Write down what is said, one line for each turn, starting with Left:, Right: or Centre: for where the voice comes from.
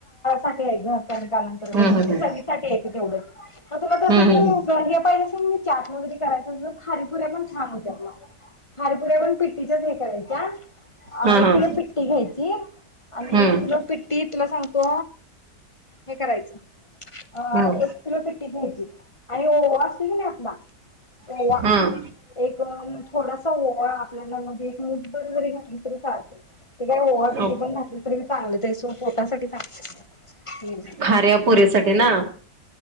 Left: कालांतर म्हणजे
Right: हम्म हम्म
Left: सर्वीसासाठी येते तेवढं तुला तर
Right: हम्म
Left: <unintelligible> चार पदरी करायचं अस तर खारीपुऱ्या पण छान होत्या. मला खारीपुऱ्या पण पिट्टीच्याच हे करायच्या अ
Right: हम्म
Left: एक किलो पिट्टी घ्यायची आणि
Right: हम्म
Left: एक किलो पिट्टी तुला सांगतो हे करायचं अ
Right: हम्म
Left: एक किलो पिट्टी घ्यायची आणि ओवा असते कि नाही आपला ओवा
Right: हम्म
Left: एक थोडासा ओवा आपल्याला म्हणजे एक मुठभर जरी घातली तरी चालते ते काय ओवा
Right: हम्म
Left: किती पण घातली तरी चांगलंस पोटासाठी चांगलं
Right: खार्यापोरीसाठी ना?